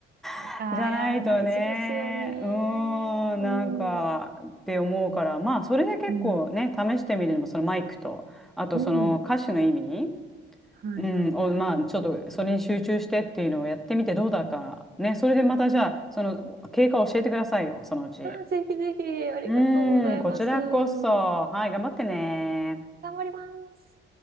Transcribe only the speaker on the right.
ああ、
いや、大事ですよね。
う
ん。
うん。
うん。はい、
はい、
はい。
うん。
あー、ぜひぜひ、ありがとうございます。
<laughs> 頑
張ります。